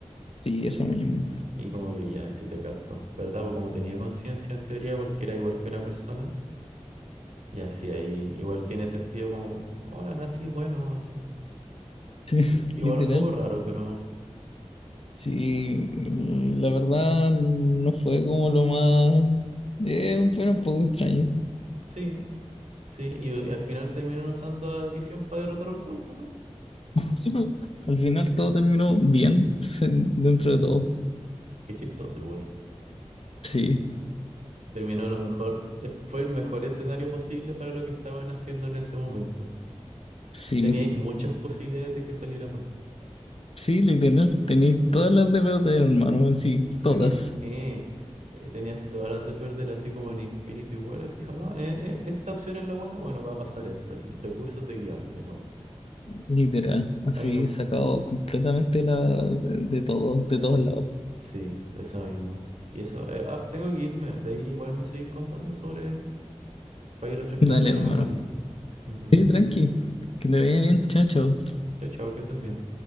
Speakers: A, on the left; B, on the right.
A: Sí, eso mismo,
B: Y como que ya, sí te capto. ¿Verdad? Porque como tenía conciencia en teoría, porque era igual que una persona. Y así ahí igual tiene sentido como, hola, nací bueno, así.
A: <laughs> sí,
B: I- igual
A: literal.
B: un poco raro, pero
A: Sí, la verdad no fue como lo más... eh, fue un poco extraño.
B: sí. Sí, y, y al final terminaron usando a Visión para derrotar a Ultron, pues, ¿no?
A: Sí, pero al final todo terminó bien se- dentro de todo.
B: Qué chistoso igual.
A: Sí,
B: Terminó lo mejor, eh, fue el mejor escenario posible para lo que estaban haciendo en ese momento.
A: sí,
B: Teníais muchas posibilidades de que saliera mal.
A: sí, literal. Tenía todas las de perder, hermano, así, todas,
B: Tenías, eh, eh, tenías todas las de perder, así como en Infinity War, así dijo, no, eh, eh, esta opción es la buena, bueno, va a pasar esta, sí. Recursos de guión, igual.
A: literal. Así,
B: A mí nunca,
A: sacado completamente la, de, de todos, de todos lados.
B: sí, eso mismo. Y eso, eh, ah, tengo que irme, de ahí igual me seguís contando sobre, para ir refrescando
A: Dale,
B: la
A: hermano.
B: memoria. Ujú.
A: Sí, tranqui. Que te vaya bien, chao, chao.
B: Chao, chao, que estés bien.